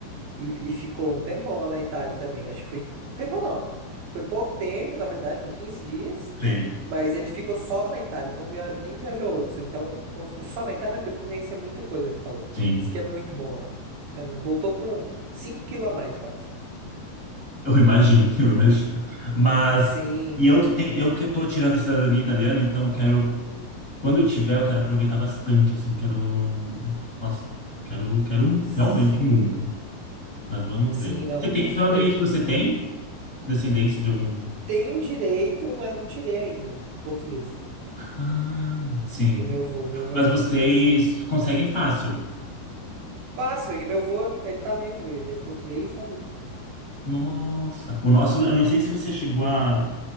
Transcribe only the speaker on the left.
Sim,
sim.
Eu imagino, <laughs> eu imagino. Mas,
e eu que tenho, eu que tô tirando a cidadania italiana, então eu quero quando eu tiver, eu quero aproveitar bastante, assim, quero... Nossa, quero, quero
realmente muito, mas vamos
ver.
Você tem,
falando nisso, você tem descendência de algum...
Ah, sim.
Mas
vocês conseguem fácil.
Nossa. O nosso, eu não sei se você chegou a,